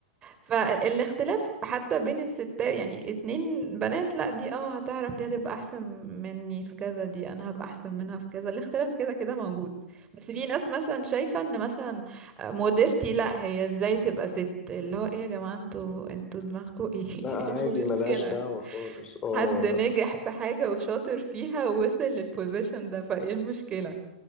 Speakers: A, on the right; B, on the left.
A: فالاختلاف حتى بين الستات يعني اتنين بنات لا دي اه هتعرف دي هتبقى احسن مني في كذا دي انا هبقى احسن منها في كذا الاختلاف كده كده موجود بس في ناس مثلا شايفة ان مثلا مديرتي لا هي ازاي تبقى ست اللي هو ايه يا جماعة انتوا انتوا دماغكوا ايه
B: لا
A: <laughs>
B: عادي
A: إيه المشكلة
B: ملهاش دعوة خالص اه
A: حد نجح
B: لا
A: في حاجة وشاطر فيها ووصل للبوزيشن ده فايه المشكلة